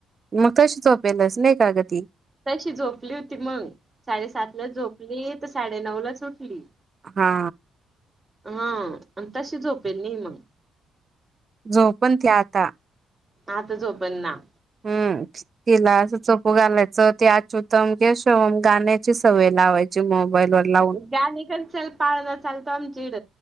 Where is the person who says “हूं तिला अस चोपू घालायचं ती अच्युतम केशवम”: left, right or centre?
Right